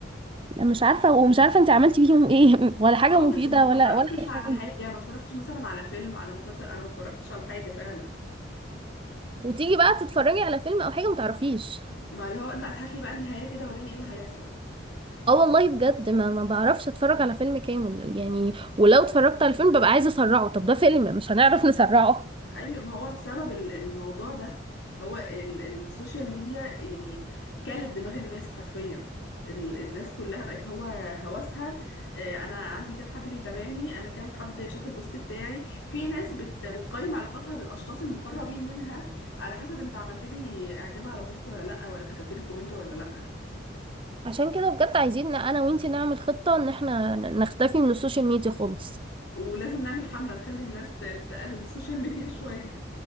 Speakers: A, on the right (about 25°); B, on the left (about 75°).
A: مش عارفة ومش عارفة انت عملتي فيهم ايه <laughs> ولا
B: خالص
A: حاجة مفيدة
B: وما اتفرجتش
A: ولا ولا أي
B: على
A: حاجة
B: حاجه ما اتفرجتش مثلا على فيلم على مسلسل انا ما اتفرجتش على حاجه فعلا
A: وتيجي بقى تتفرجي على فيلم او حاجة متعرفيش
B: ما اللي هو لا هات لي بقى النهايه كده وريني ايه اللي هيحصل
A: اه والله بجد ما ما بعرفش اتفرج على فيلم كامل يعني ولو اتفرجت على فيلم ببقى عايزه اسرعه طب ده فيلم مش هنعرف نسرعه
B: ايوه ما هو بسبب ال- الموضوع ده هو ال- السوشيال ميديا يعني كلت دماغ الناس حرفيا ال- الناس كلها بقت هو هوسها آه، انا عندي كام حد بيتابعني انا كام حد شاف البوست بتاعي في ناس بت بتقيم علاقاتها بالاشخاص المقربين منها على حسب انت عملت لي اعجاب على البوست ولا لا ولا كتبت لي كومنت ولا لا
A: عشان كده بجد عايزين إن انا وانتي نعمل خطه ان احنا ن- نختفي من السوشيال ميديا خالص
B: ولازم نعمل حملة نخلي الناس ت- تقلل السوشيال ميديا شوية